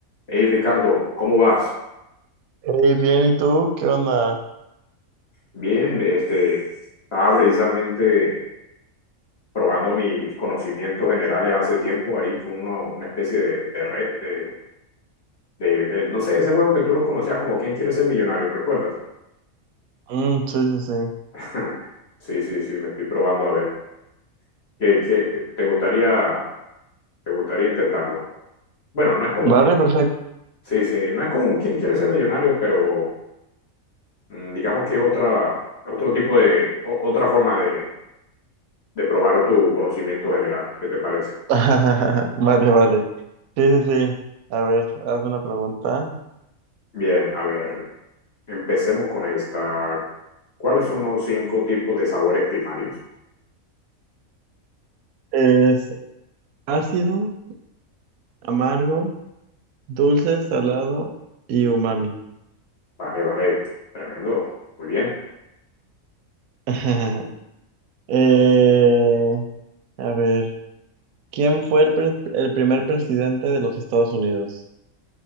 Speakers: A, on the left (about 50°); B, on the right (about 80°).
A: Hey Ricardo, ¿cómo vas?
B: Hey, bien, ¿y tú? ¿Qué onda?
A: Bien, este, estaba precisamente probando mis conocimientos generales hace tiempo ahí con uno- una especie de, de red, de, de- eh, no sé, ese juego que tú lo conocías como ¿Quién quiere ser millonario? ¿Recuerdas?
B: Mm, sí, sí, sí.
A: <laughs> Sí, sí, sí, me estoy probando a ver. ¿Qué, qué- te gustaría, te gustaría intentarlo? Bueno, no es común,
B: Vale, perfecto.
A: sí, sí, no es común quién quiere ser millonario, pero mm, digamos que es otra, otro tipo de, o- otra forma de, de probar tu conocimiento general. ¿Qué te parece?
B: <laughs> Vale, vale. Sí, sí, sí. A ver, haz una pregunta.
A: Bien, a ver, empecemos con esta. ¿Cuáles son los cinco tipos de sabores primarios?
B: Es ácido, amargo, dulce, salado y umami.
A: Vale, vale, tremendo, muy bien.
B: <laughs> Eh, a ver, ¿quién fue el, pre- el primer presidente de los Estados Unidos?